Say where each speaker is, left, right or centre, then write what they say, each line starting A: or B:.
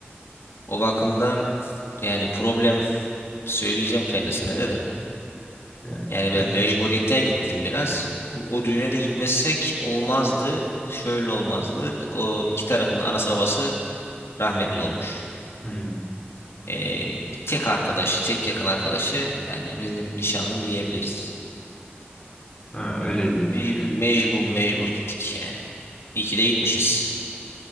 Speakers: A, on the left (about 85°); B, on the left (about 20°).
A: O bakımdan yani problem söyleyeceğim kendisine de de.
B: Yani,
A: Yani
B: öyle,
A: ben mecburiyetten gittim biraz. O, o düğüne de gitmezsek olmazdı. Şöyle olmazdı. O iki tarafın da anası babası rahmetli olmuş.
B: Hmm.
A: Ee, tek arkadaşı, tek yakın arkadaşı yani benim nişanlım diyebiliriz.
B: Ha, öyle
A: Ee,
B: diyorsun
A: Mey
B: yani.
A: mecbur mecbur gittik yani. İyi ki de gitmişiz.